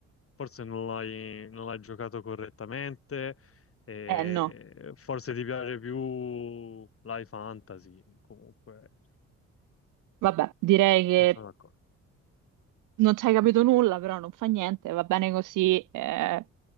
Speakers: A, on the left; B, on the right.
A: forse non l'hai non l'hai giocato correttamente, e
B: Eh no,
A: forse ti piace più Life Fantasy, comunque
B: vabbè, direi che
A: non sono d'accordo.
B: non ci hai capito nulla, però non fa niente, va bene così. eh,